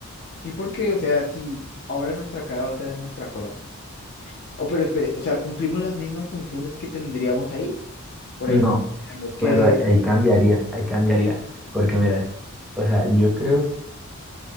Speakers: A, on the left; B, in the centre.
A: Sí, porque, o sea, si ahora nuestra cara va a estar en nuestra cola. Oh, pero espere, o sea, cumplimos las mismas funciones que tendríamos ahí. Por
B: No,
A: ejemplo, tenemos que,
B: claro, ahí ahí cambiaría, ahí cambiaría. Porque mira, o sea, yo creo